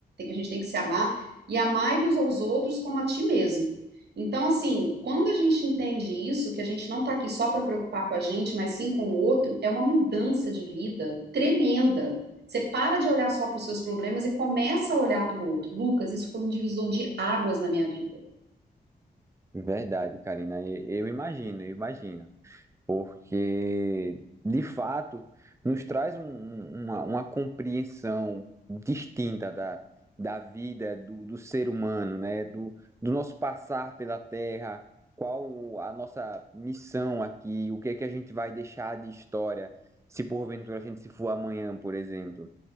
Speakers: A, on the right (about 85°); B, on the right (about 15°).
A: a gente tem que se amar, e amai-vos aos outros como a ti mesmo. Então, assim, quando a gente entende isso, que a gente não está aqui só para preocupar com a gente, mas sim com o outro, é uma mudança de vida tremenda. Você para de olhar só para os seus problemas e começa a olhar para o outro. Lucas, isso foi um divisor de águas na minha vida.
B: verdade, Karina. Eu eu imagino, eu imagino. porque de fato nos traz um- uma, uma compreensão distinta da, da vida do, do ser humano, né? Do, do nosso passar pela Terra, qual a nossa missão aqui, o que é que a gente vai deixar de história se porventura a gente se for amanhã, por exemplo.